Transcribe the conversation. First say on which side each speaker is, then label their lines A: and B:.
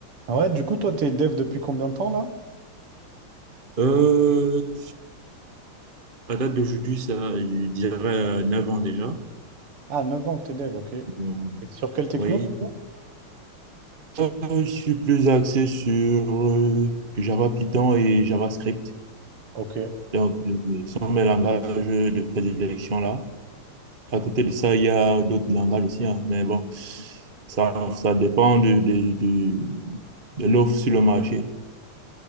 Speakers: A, on the right; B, on the right.
A: Ah ouais, du coup, toi, t'es dev depuis combien de temps là?
B: Euh, à date d'aujourd'hui, ça, je dirais euh, 9 ans déjà.
A: Ah, 9 ans que t'es dev, ok. Et
B: Donc,
A: sur quelle techno,
B: oui.
A: du coup?
B: Euh, je suis plus axé sur euh, Java Python et JavaScript.
A: Ok, ouais,
B: Donc, euh, ce sont mes langages de prédilection là. À côté de ça, il y a d'autres langages aussi, hein. mais bon, ça, ça dépend de, de, de, de l'offre sur le marché.